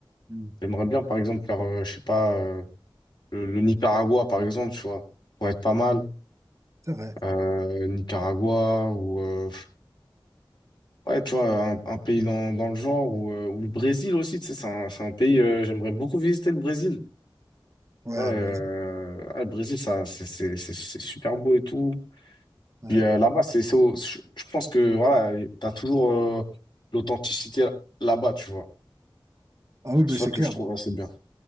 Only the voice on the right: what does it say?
Mm.
C'est vrai.
Ouais,
le Brésil.
Ouais.
Ah oui,
mais
c'est
clair.
bon.